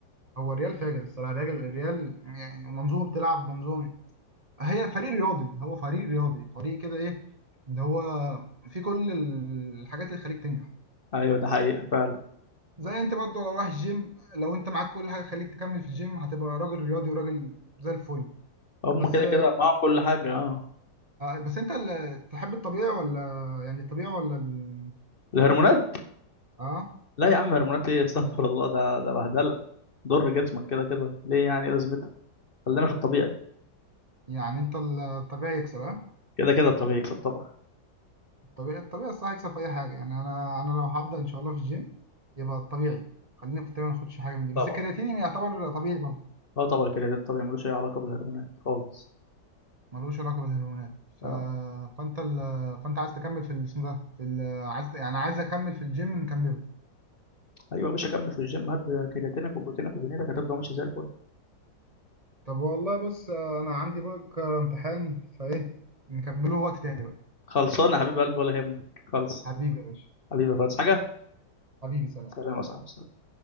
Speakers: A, on the right; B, on the left.
A: هو الريال فاجر الصراحه الريال الريال يعني منظومه بتلعب منظومه هي فريق رياضي هو فريق رياضي فريق كده ايه ده هو في كل الحاجات اللي تخليك تنجح
B: ايوه ده حقيقه فعلا
A: زي انت برضو لو رايح الجيم لو انت معاك كل حاجه تخليك تكمل في الجيم هتبقى راجل رياضي وراجل زي الفل
B: هم
A: بس
B: كده كده معاهم كل حاجه اه
A: آه، بس انت اللي تحب الطبيعي ولا يعني الطبيعي ولا ال...
B: الهرمونات
A: اه
B: لا يا عم هرمونات ايه <laughs> استغفر الله ده ده بهدله ضر جسمك كده كده ليه يعني إيه لازمتها خلينا في الطبيعي
A: يعني انت الطبيعي يكسب ها
B: كده كده الطبيعي يكسب طبعا
A: الطبيعي الطبيعي الصح يكسب في اي حاجه يعني انا انا لو هبدا ان شاء الله في الجيم يبقى الطبيعي خلينا في الطبيعي ما ناخدش حاجه من دي بس
B: طبعا
A: الكرياتين يعتبر طبيعي برضه
B: اه طبعا الكرياتين الطبيعي ملوش اي علاقه بالهرمونات خالص
A: ملوش علاقه بالهرمونات ف...
B: اه
A: فانت ال... فانت عايز تكمل في الاسم ده في ال... عايز يعني عايز اكمل في الجيم نكمله
B: ايوه يا باشا كمل في الجيم هات كرياتينك وبروتينك ودنيتك هتفضل ماشي زي الفل
A: طب والله بص انا عندي بكره امتحان فايه نكمله وقت تاني بقى
B: خلصانه يا حبيب قلبي ولا يهمك خلص
A: حبيبي يا باشا
B: حبيبي خالص
A: حبيبي
B: حاجه
A: حبيبي سلام
B: سلام يا صاحبي